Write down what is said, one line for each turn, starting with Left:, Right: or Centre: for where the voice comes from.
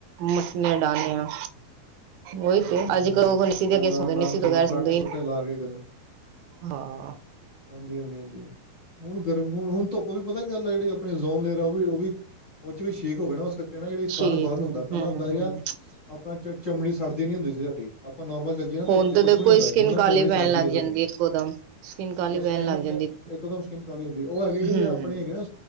Right: ਮੰਜੀਆਂ ਡਾਣੀਆਂ। ਉਹੀ ਤੇ
Left: ਹਾਂਜੀ
Right: ਅਜ
Left: ਹਾਂਜੀ
Right: ਕਲ
Left: ਹਾਂਜੀ
Right: ਉਹ ਨਸ਼ੀਲੇ ਕੇਸ ਹੁੰਦੇ ਹੀ
Left: ਨਾਮ
Right: ਨਹੀਂ ਸੀ।
Left: ਸੁਣਾ ਫਰਾਟੇ ਫਰੂਟੇ ਲਾ ਕੇ ਗਰ
Right: ਹਾਂ।
Left: ਹਾਂਜੀ ਹਾਂਜੀ ਹਾਂਜੀ। ਹੁਣ ਗਰਮ ਹਣ ਹੁਣ ਧੁੱਪ ਵੀ ਪਤਾ ਕੀ ਗੱਲ ਆ ਜਿਹੜੀ ਆਪਣੀ ਊਜ਼ੋਨ ਲੇਅਰ ਉਹ ਵੀ ਉਹ ਵੀ ਉਹ ਚ ਵੀ ਸ਼ੇਕ ਹੋ ਗਿਆ ਨਾ ਉਸ ਕਰਕੇ। ਕਹਿੰਣਾ ਜਿਹੜੀ ਸਨ
Right: ਸ਼ੀਤ
Left: ਬਰਨ ਹੁੰਦਾ
Right: ਹਮ
Left: ਪਹਿਲਾਂ
Right: ਹਮ
Left: ਹੁੰਦਾ ਸੀਗਾ। ਆਪ ਆਪਣਾ ਚ ਚਮੜੀ ਸੜਦੀ ਨੀ ਹੁੰਦੀ ਸੀ ਸਾਡੀ ਆਪਾਂ ਨੋਰਮਲ ਚੱਲ ਜਿਹਨਾਂ ਧ
Right: ਹੁਣ
Left: ਉੱਪ ਤੇ
Right: ਤਾਂ
Left: ਕੁਛ
Right: ਦੇਖੋ
Left: ਵੀ ਨੀ ਹੁੰਦਾ
Right: ਸਕਿਨ
Left: ਹੁਣ ਨਾ
Right: ਕਾਲੀ
Left: ਚਮੜੀ
Right: ਪੈਣ
Left: ਸੜਦੀ
Right: ਲੱਗ
Left: ਆ ਸਾਡੇ
Right: ਜਾਂਦੀ ਇੱਕੋ ਦਮ ਸਕਿਨ ਕਾਲੀ
Left: ਹੁਣ
Right: ਪੈਣ
Left: ਸਕਿਨ
Right: ਲੱਗ ਜਾਂਦੀ
Left: ਇੱਕਦਮ ਸਕੀਮ ਕਾਲੀ ਹੁੰਦੀ ਉਹ ਹੈਗੀ ਜਿਹੜੀ
Right: ਹੂੰ,
Left: ਆਪਣੀ ਹੈਗੀ ਨਾ